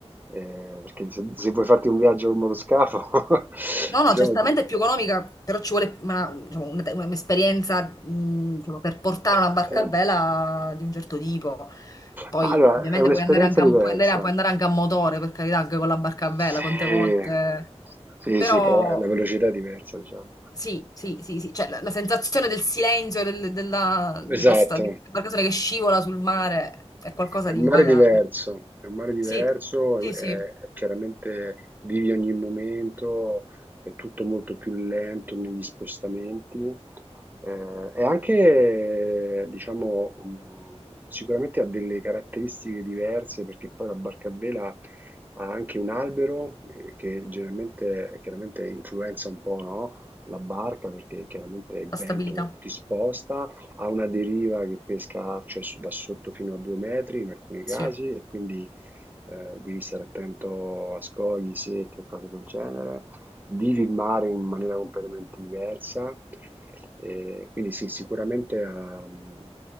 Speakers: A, on the right (about 15°); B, on the left (about 35°).
A: eh, perché se, se vuoi farti un viaggio con motoscafo, <laughs>
B: No, no,
A: diciamo...
B: certamente
A: ti-
B: è più economica, però ci vuole una- diciamo, una- un'esperienza mh, diciamo, per portare
A: eh,
B: una barca
A: eh.
B: a vela di un certo tipo. Poi,
A: Ma Allora,
B: ovviamente,
A: è un'esperienza
B: puoi andare anche
A: diversa.
B: a, puoi andare, puoi andare anche a motore, per carità, anche con la barca a vela,
A: Sì,
B: quante volte.
A: sì,
B: Però,
A: sì, però la velocità è diversa, diciamo.
B: sì, sì, sì, sì. Cioè, la, la sensazione del silenzio del- della- di
A: Esatto,
B: questa, di questa barcatura che scivola sul mare è qualcosa
A: È un
B: di impagabile.
A: mare diverso, è un mare diverso,
B: Sì, sì,
A: è- è-
B: sì,
A: chiaramente vivi ogni momento, è tutto molto più lento negli spostamenti, eh, e anche, diciamo, mh, sicuramente ha delle caratteristiche diverse perché poi la barca a vela ha anche un albero eh, che generalmente, chiaramente influenza un po', no? La barca perché chiaramente il
B: la
A: vento
B: stabilità.
A: ti sposta ha una deriva che pesca, cioè, su- da sotto fino a due metri in alcuni casi
B: Sì.
A: e quindi eh, devi stare attento a scogli, secche e cose del genere. Vivi il mare in maniera completamente diversa. E quindi sì, sicuramente ha, mh,